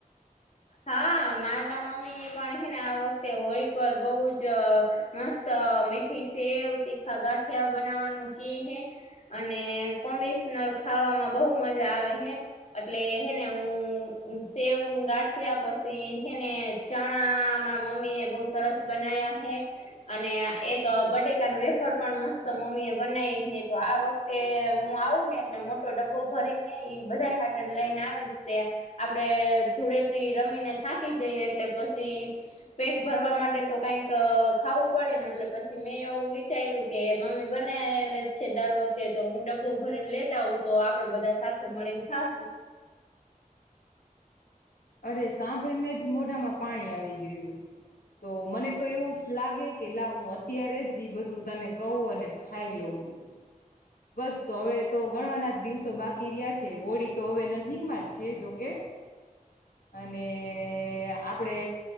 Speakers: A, on the left (about 50°); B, on the left (about 85°).
A: હા માતા મમ્મી એ પણ હે ને આ વખતે હોળી પર બહુ જ મસ્ત મેઠી સેવ તીખા ગાંઠિયા બનાવવાનું ક હ અને કોસ ખાવામાં બહ મજા આવે હે એટલે હેને હું સેવ ગાંઠ યા પછી હને ચણામાં મમ્મી એ બહુ સરસ બના્યા હે અને એક બટેકા ન વેફાર પણ મસ્ત મમ્મી એ બનાવી તો આ વખતે હું આવું ને એટલે મોટો ડબ્બો ભરીને બધા ખાટને લઈને આવીશ તે આપડે ધૂળે રમીને થાકી જઈ એટલે પછી પેટ ભરવા માટે તો કઈક ખાવું પડે એટલે પછી મેં એવું વિચાર્યું કે મમ્મી બને છે દર વખતે તો હું ડબ્બો ભરીને લેતા હ તો આપડે બધા સાથે મળીને ખાશું
B: <inaudible> અરે સાંભળીને જ મોઢામાં પાણી આવી ગયું તો મને તો એવું લાગે કે લાવ હું અત્યારે જ જ બધું તને કહું અને ખાઈ લઉં હ બસ તો હવે તો ગણવાના જ દિવસો બાકી રહ્યા છે હોડી તો હવે નજીકમાં જ છેી જોકે અને આપડે